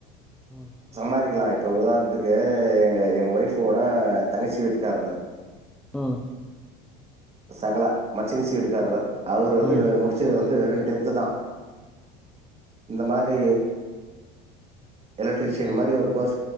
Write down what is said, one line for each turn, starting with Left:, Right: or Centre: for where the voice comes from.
Centre: ம் ம்
Right: சம்பாறிக்கலாம் இப்ப உதாரணத்துக்கு எங்க எங்க ஒய்ஃப்வோட தங்கச்சி வீட்டுக்கார்ரர்
Centre: உம்
Right: சகலை மச்சினிச்சி வீட்டுக்காரரர் அவர் வந்து
Centre: ம்
Right: முடிச்சது வந்து வெறும் டென்த்து தான் இந்த மாதிரி எலக்ட்ரிஷியன் மாதிரி ஒரு கோர்ஸ்